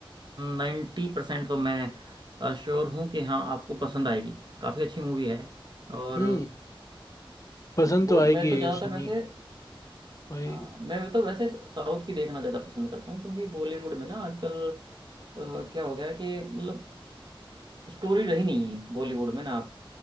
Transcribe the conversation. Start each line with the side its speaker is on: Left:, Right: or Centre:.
Right: नाइन्टी परसेंट तो मैं श्योर हूँ कि हाँ आपको पसंद आएगी काफ़ी अच्छी मूवी है और
Left: हम्म पसंद
Right: बोल
Left: तो आएगी
Right: मैं तो ज़्यादातर
Left: सनी
Right: वैसे
Left: भाई
Right: हाँ मैं तो वैसे साउथ की देखना ज़्यादा पसंद करता हूँ क्योंकि बॉलीवुड में ना आजकल अ, क्या हो गया है कि मतलब स्टोरी रही नहीं है बॉलीवुड में ना